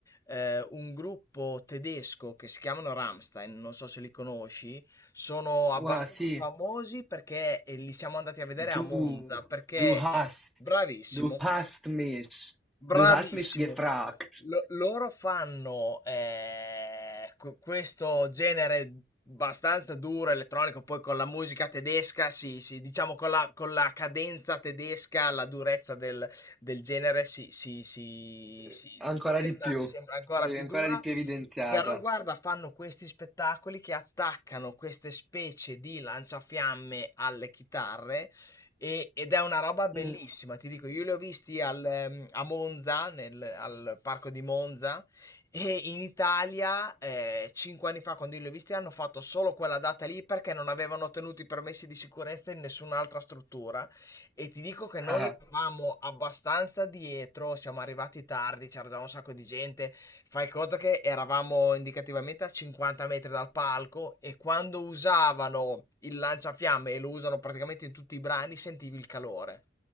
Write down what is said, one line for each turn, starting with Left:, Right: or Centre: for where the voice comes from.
Left: eh, un gruppo tedesco che si chiamano Rammstein, non so se li conosci, sono abbastanza
Centre: Wa, sí,
Left: famosi perché eh, li siamo andati a vedere
Centre: du,
Left: a Monza, perché...
Centre: du hast,
Left: eh, Bravissimo,
Centre: du hast mich,
Left: Bravissimo.
Centre: du hast mich gefragt.
Left: Lo loro fanno, ehm, q questo genere abbastanza duro, elettronico, poi con la musica tedesca si si diciamo con la con la cadenza tedesca, la durezza del del genere si si si
Centre: Eh,
Left: si
Centre: Ancora
Left: diventa
Centre: di più,
Left: sembra ancora
Centre: eh,
Left: più
Centre: ancora
Left: dura,
Centre: di più evidenziata.
Left: però guarda fanno questi spettacoli che attaccano queste specie di lanciafiamme alle chitarre e ed è una roba bellissima,
Centre: Mm,
Left: ti dico, io li ho visti al, ehm, a Monza, nel al parco di Monza, e in Italia, eh, cinque anni fa, quando io li ho visti, hanno fatto solo quella data lì perché non avevano ottenuto i permessi di sicurezza in nessun'altra struttura. E ti dico che
Centre: ah,
Left: noi eravamo abbastanza dietro, siamo arrivati tardi, c'era già un sacco di gente. Fai conto che eravamo indicativamente a 50 metri dal palco e quando usavano il lanciafiamme, e lo usano praticamente in tutti i brani, sentivi il calore.